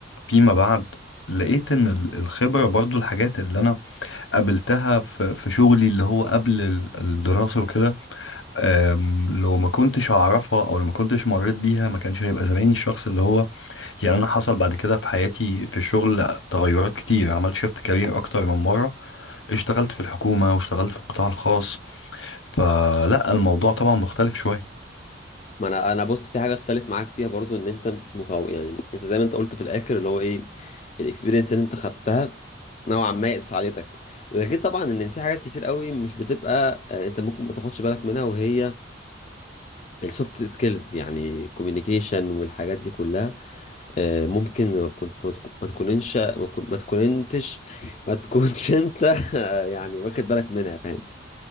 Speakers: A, on the left; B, on the left.
A: فيما بعد لقيت ان ال- الخبرة برضو الحاجات اللي انا قابلتها في في شغلي اللي هو قبل ال- الدراسة وكده آم، لو ما كنتش اعرفها او لو ما كنتش مريت بيها ما كانش هيبقى زماني الشخص اللي هو يعني انا حصل بعد كده في حياتي في الشغل تغيرات كتير عملت شيفت كارير اكتر من مرة اشتغلت في الحكومة واشتغلت في القطاع الخاص فلا الموضوع طبعا مختلف شوية
B: ما انا انا بص في حاجه اختلف معاك فيها برضو ان انت مكو يعني انت زي ما انت قلت في الاخر اللي هو ايه الاكسبيرينس اللي انت خدتها نوعا ما ساعدتك وده غير طبعا ان في حاجات كتير قوي مش بتبقى آه، انت ممكن ما تاخدش بالك منها وهي السوفت سكيلز يعني كوميونيكيشن والحاجات دي كلها آه، ممكن كنت ما تكون- ما تكوننش ما تكون- ما تكوننتش ما تكونش انت <laughs> يعني واخد بالك منها فاهم